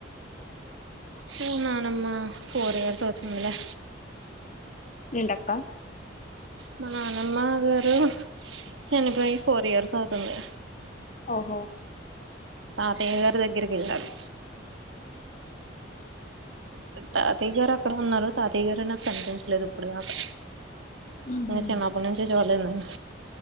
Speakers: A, on the right; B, on the left.
A: హూ నానమ్మ ఫోర్ ఇయర్స్ అవుతుందిలే
B: ఉంటక్క
A: మా నాన్నమ్మ గారు చనిపోయి ఫోర్ ఇయర్స్ అవుతుంది
B: ఓహో
A: తాతయ్య గారి దగ్గరికి వెళ్ళారు తాతయ్య గారు అక్కడ ఉన్నారు తాతయ్య గారే నాకు కనిపించలేదు ఇప్పుడు దాకా
B: ఉహు
A: ఇంగ చిన్నప్పడి నుంచి చాడలెదు నన్ను